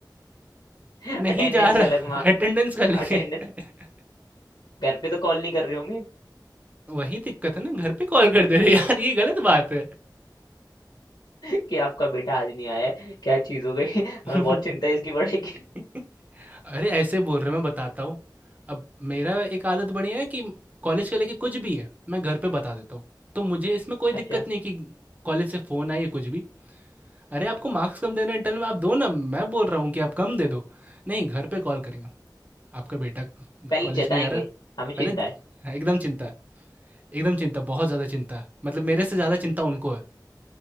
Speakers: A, on the left; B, on the right.
A: <laughs>
B: नहीं
A: अटेंडेंस
B: जा
A: का
B: रहा
A: अलग मा
B: <laughs> अटेंडेंस कर लेंगे
A: अटेंडेंस
B: <laughs>
A: घर पे तो कॉल नहीं कर रहे होंगे
B: वही दिक्कत है ना घर पे कॉल कर दे रहे यार ये गलत बात
A: <laughs> कि आपका बेटा आज नहीं आया है क्या चीज हो गई <laughs> हमें
B: है
A: बहुत चिंता है इसकी बढ़ेगी
B: <laughs> <laughs> अरे ऐसे बोल रहे मैं बताता हूँ अब मेरा एक आदत बनी है कि कॉलेज के लेके कुछ भी है मैं घर पे बता देता हूँ तो मुझे इसमें
A: <laughs>
B: कोई दिक्कत
A: अच्छा
B: नहीं कि कॉलेज से फ़ोन आए या कुछ भी अरे आपको मार्क्स कम देना इंटरनल में आप दो ना मैं बोल रहा हूँ कि आप कम दे दो नहीं घर पे कॉल करेंगे आपका बेटा
A: पहले
B: कॉलेज
A: जताएंगे
B: नहीं आ रहा
A: हमें
B: पहले
A: चिंता
B: एकदम चिंता है एकदम चिंता बहुत ज़्यादा चिंता है मतलब मेरे से ज़्यादा चिंता उनको है